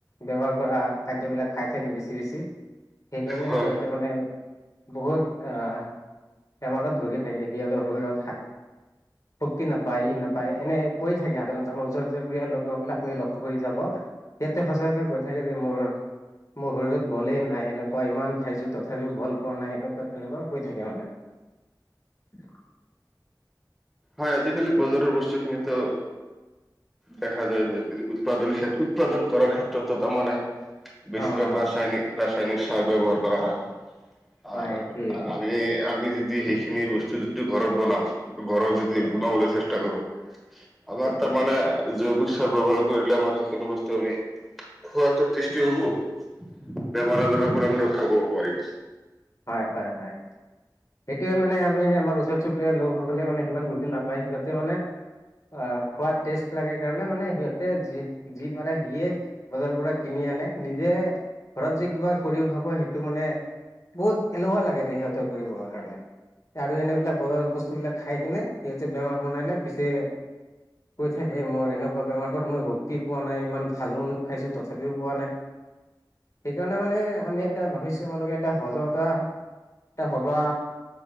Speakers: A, on the left; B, in the centre.
A: ব্যৱহাৰ কৰা খাদ্যবিলাক খাই থাকি বেছি বেছি সেইকাৰণে
B: হয়
A: সিহঁতে মানে বহুত আহ বেমাৰত ভুগি থাকে সিহঁতৰ শৰীৰত হা শক্তি নাপায় ই নাপায়, এনে কৈ থাকে সাধাৰণতে আমাৰ ওচৰ -চুবুৰীয়া লোকসকলে আপুনি লক্ষ্য কৰি চাব সঁচা সঁচা কৈ থাকে যে মোৰ মোৰ শৰীৰত বলেই নাই এনেকুৱা ইমান খাইছো তথাপিও বল পোৱা নাই এনেকুৱা তেনেকুৱা কৈ থাকে মানে <unintelligible>
B: হয় আজিকালি বজাৰৰ বস্তুখিনিতো দেখা যায় যে যি উৎপাদন ক্ষে উৎপাদন কৰাৰ ক্ষেত্ৰতো তাৰমানে বেছি
A: অ অ
B: ৰাচায়েনিক ৰাচায়েনিক চাৰ ব্যৱহাৰ কৰা হয়
A: হয়
B: আৰ
A: সেইটোৱে
B: আৰু আমি আমি যদি সেইখিনি বস্তু যদি ঘৰত বনাওঁ ঘৰত য
A: উম
B: বনাবলৈ চেষ্টা কৰো আমাৰ
A: সেইটোৱে
B: তাৰ মানে জৈৱিক চাৰ ব্যৱহাৰ কৰিলে আমাৰ সেইখিনি বস্তু আমি খোৱাটো টেষ্টি হব বেমাৰ আজাৰ পৰা আমি ৰক্ষা কৰিব পাৰিম
A: হয়, হয়, হয় সেইটোৱে মানে আমি আমাৰ ওচৰ চুবুৰীয়াৰ লোকসকলে মানে সিমান বুজি নাপ বা সিহতে মানে অ খোৱাত টেষ্ট লাগে কাৰণে মানে সিহঁতে যি যি পাৰে সিয়ে বজাৰৰ পৰা কিনি আনে নিজে ঘৰত যে কিবা কৰিও খাব সেইটো মানে বহুত এলেহুৱা লাগে দে সিহঁতৰ কৰিবৰ কাৰণে। আৰু এনেবিলাক বজাৰ বস্তু বিলাক খাই কিনে সিহঁতে বেমাৰ বনাই লই পিছে কৈ থাকে মোৰ এনেকুৱা বেমাৰ হ'ল মই শক্তি পোৱা নাই ইমান ভাল মন্ড খাইছো তথাপিও পোৱা নাই। সেইকাৰণে মানে আমি এটা ভাবিছো আমালোকে এটা সজাকতা এ হ'বা